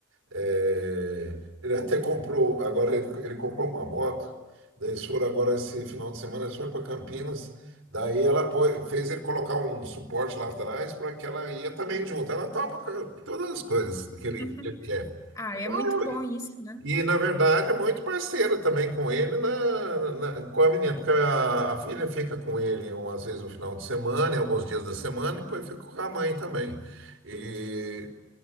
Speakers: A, on the right (about 80°); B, on the left (about 15°).
A: é, ele até comprou, agora ele, ele comprou uma moto, daí eles foram agora esse final de semana, eles foram para Campinas, daí ela pô- fez ele colocar um suporte lá atrás para que ela ia também junto. Ela topa co- todas as coisas que ele,
B: <laughs>
A: que ele quer.
B: Ah, é
A: Então,
B: muito bom isso, né?
A: e, na verdade, é muito parceiro também com ele, na, na- com a menina, porque a, a filha fica com ele umas vezes no final de semana, em alguns dias da semana, e depois fica com a mãe também. E,